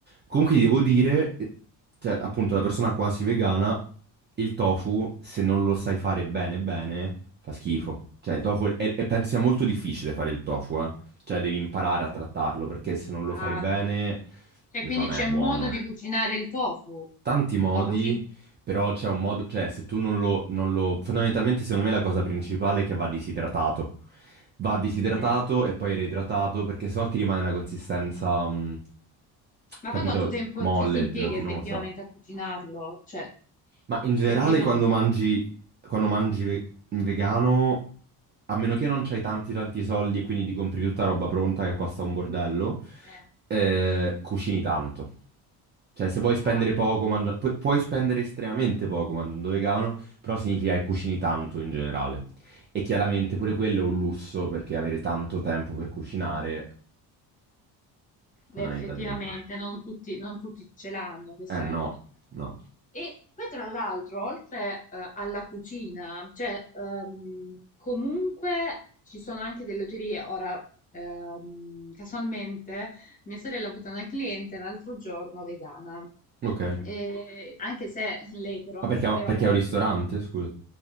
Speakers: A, on the right; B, on the left.
A: Comunque ti devo dire, eh, cioè appunto la persona quasi vegana, il tofu se non lo sai fare bene bene fa schifo. Cioè il tofu, è- è- penso sia molto difficile fare il tofu, eh. Cioè devi imparare a trattarlo perché se non lo
B: Ah,
A: fai bene
B: ok. Cioè,
A: non
B: quindi
A: è
B: c'è
A: buono.
B: un modo di cucinare il tofu.
A: Tanti modi,
B: Lo cucini?
A: però c'è un modo, cioè se tu non lo, non lo... Fondamentalmente secondo me la cosa principale è che va disidratato. Va disidratato
B: Mm.
A: e poi reidratato perché sennò ti rimane una consistenza, mh,
B: Ma
A: capito,
B: poi quanto tempo
A: molle,
B: ci si impiega
A: gelatinosa.
B: effettivamente a cucinarlo? Cioè,
A: Ma in
B: se
A: generale
B: prima...
A: quando mangi, quando mangi ve- vegano, a meno che non c'hai tanti tanti soldi e quindi ti compri tutta roba pronta che costa un bordello,
B: eh,
A: eh, cucini tanto. Cioè se vuoi spendere
B: ah,
A: poco, mangia- pu- puoi spendere estremamente poco mangiando vegano, però significa che cucini tanto in generale. E chiaramente pure quello è un lusso perché avere tanto tempo per cucinare, fondamentalmente.
B: effettivamente, non tutti, non tutti ce l'hanno, questa
A: Eh no, no.
B: E poi tra l'altro, oltre eh, alla cucina, cioè ehm, comunque ci sono anche delle oterie. Ora, ehm, casualmente, mia sorella ha avuto una cliente l'altro giorno vegana.
A: Ok.
B: E anche se lei però
A: Ma
B: non
A: perché,
B: sapeva
A: perché è un ristorante, scusa?